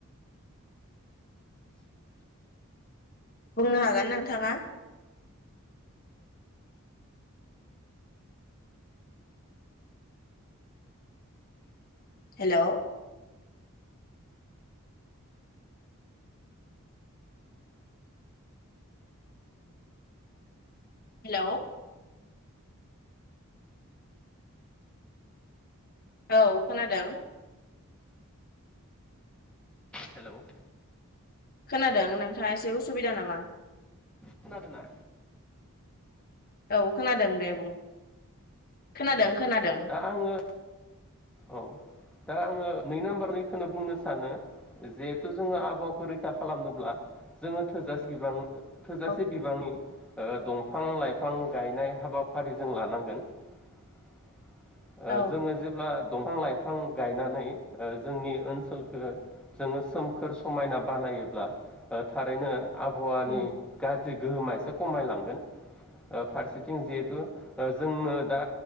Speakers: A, on the left; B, in the centre.
A: बुंनो हागोन नोंथाङा। हेलौ। हेलौ। औ खोनादों।
B: हेल' औ
A: खोनादों नोंथाङा एसे उसुबिदा नामा?
B: खोनादों ना?
A: औ खोनादों दे बुं खोनादों।
B: अ
A: खोनादों
B: दा आङो औ दा आङो नै नाम्बार नखौनो बुंनो सानो जिहेथु जोङो आबहावाखौ रैखा खालामनोब्ला जोङो थोजासे बिबां थोजासे
A: औ
B: बिबांनि ओ दंफां लाइफां गायनाय हाबाफारि जों लानांगोन ओ
A: औ
B: जोङो जेब्ला दंफां लाइ फां गायनानै ओ जोंनि ओनसोलखौो जोङो सोमखोर समायना बानायोब्ला ओ थारैनो आबहावानि
A: उम
B: गा जि गोहोमा एसे खमायलोन, ओ फारसेथिं जिहेथु जोंओ दा